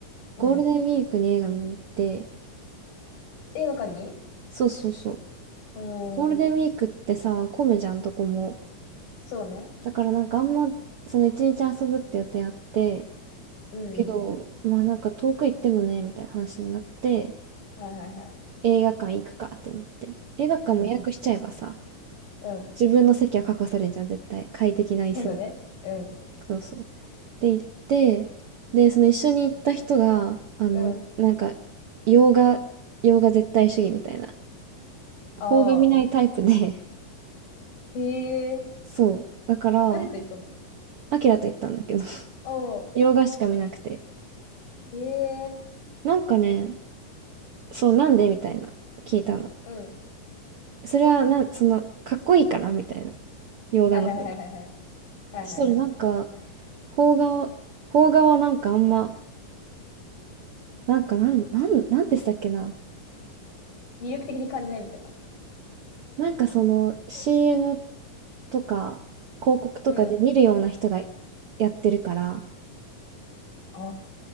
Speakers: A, on the left; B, on the right.
A: うん。
B: ゴールデンウィークに映画見に行って、
A: 映画館に
B: そうそうそう。
A: う
B: ゴールデンウィークってさ、
A: ん。
B: 混むじゃん、どこも。
A: そうね。
B: だからなんかあんま、その一日遊ぶって予定あって、
A: うん。
B: けど、まあなんか遠く行ってもね、みたいな話になって、
A: はいはいは
B: 映画館行くかってなって。映画館も予約しちゃえばさ、
A: い。うん。うん。
B: 自分の席は確保されるじゃん、絶対。快適な椅子
A: そうだね。うん。
B: そうそう。で、行って、で、その一緒に行った人が、あの、
A: うん。
B: なんか、洋画、洋画絶対主義みたいな、
A: ああ。
B: 邦画見ないタイプで、
A: へえ。
B: <laughs> そう。だから、
A: 誰と行ったの
B: アキラと行ったんだけど、<laughs>
A: ああ。
B: 洋画しか見なくて。
A: へえ。
B: なんかね、そう、なんでみたいな、聞いたの。
A: うん。
B: それは、な、その、かっこいいからみたいな、洋画の方が。
A: はいはいはいはいはい。はいはいはい。
B: そしたら、なんか、邦画、邦画はなんかあんま、なんか、なん、なん、なんてしたっけな。
A: 魅力的に感じないみたいな。
B: なんかその CM とか広告とかで見るような人が
A: うん。
B: やってるから
A: あ